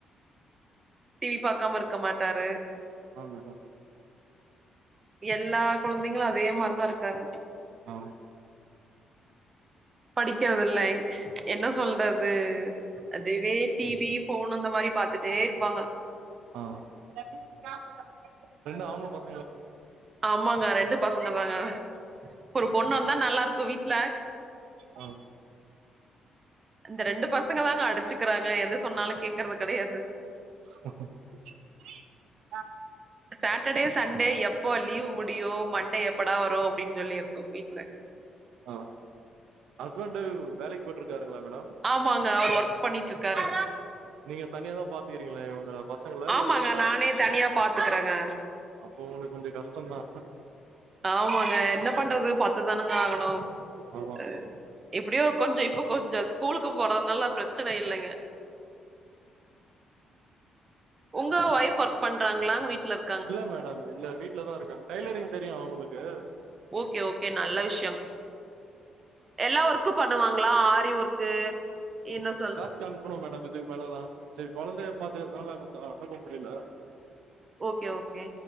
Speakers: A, on the right; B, on the right.
A: டிவி பாக்காம இர்க்கமாட்டாரு
B: ஆ மேடம்
A: எல்லா கொழந்தைங்களு அதே மாரிதா இருக்காருங்
B: ஆ
A: படிக்கறதில்லை என்ன சொல்றது அதவே டிவி ஃபோனு இந்த மாரி பாத்துட்டே இருப்பாங்க
B: ஆ <unintelligible> ரெண்டு ஆம்புள பசங்
A: ஆம்மாங்க ரெண்டு பசங்க தாங்க ஒரு பொண்ணு இர்ந்தா நல்லா இருக்கூ வீட்டுல
B: ஆ
A: இந்த ரெண்டு பசங்க தாங்க அடுத் வெச்சுக்கிறாங்க எது சொன்னாலு கேக்கறது கெடையாது
B: <inaudible>
A: சாட்டடே சண்டே எப்போ லீவு முடியு மண்டே எப்படா வரு அப்டின் சொல்லிருக்கோ வீட்ல
B: அ ஹஸ்பண்ட்டு வேலைக்கு போய்ட்ருக்காருங்ளா மேடம்
A: ஆமாங்க அவரு ஒர்க் பண்ணிட்ருக்காரு
B: நீங்க தனியா தா பாத்துக்கிறீங்ளா இவங்க பசங்கள இல்ல
A: ஆமாங்க
B: பேரன்ட்
A: நானே தனியா பாத்துக்கறேங்க
B: அப்போ உங்களுக்கு கொஞ்ச கஷ்டந்தா
A: ஆமாங்க என்ன பண்றது பாத்து தானங்க ஆகணு
B: ஆமா
A: அ எப்டியோ கொஞ்சோ இப்போ கொஞ்சோ ஸ்கூலுக்கு போறதுனால பிரச்சன இல்லைங்க உங்க ஒய்ப் ஒர்க் பண்றாங்ளா வீட்ல இருக்
B: இல்ல மேடம் இல்ல வீட்ல தா இருக்காங்க டைலரிங் தெரியு அவுங்களுக்கு
A: ஓகே ஓகே நல்ல விஷ்யோ எல்லா ஒர்க்கு பண்ணுவாங்ளா ஆ வி ஒர்க்கு என்ன சொல்
B: ப்பி அனுப்பணு மேடம் இதுக்கு மேல தா செரி கொழந்தைய பாத்துக்குறனால கொஞ்ச அனுப்ப முடில
A: ஓகே ஓகே